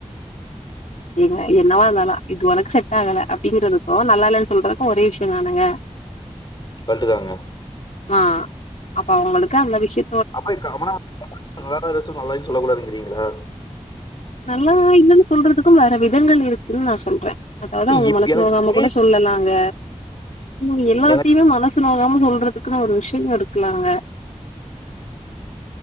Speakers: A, on the left; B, on the left.
A: எங்க என்னவா இருந்தாலா இது உனக்கு செட் தாங்கள அப்டிங்கறதுக்கு நல்லாலன் சொல்றதுக்கு ஒரே விஷ்ய தானுங்க
B: கல்ட்டுதாங்க
A: அ அப்ப அவங்களுக்கு அந்த விஷய
B: அப்பனா நல்லாருந்துச்சு நல்லாலன்னு சொல்ல கூடாதுங்கிறீங்களா
A: நல்லா இல்லைன்னு சொல்றதுக்கும் வேற விதங்கள் இருக்குன்னு நா சொல்றே அதாவது அவங்க
B: இப்
A: மனசு
B: எனக்கு
A: நோகாம
B: புரியுது
A: கூட சொல்லலாங்க உம் எல்லாத்தயுமே
B: எனக்கு
A: மனசு மனசு நோகாம சொல்றதுக்குன்னு ஒரு விஷய இருக்குல்லங்க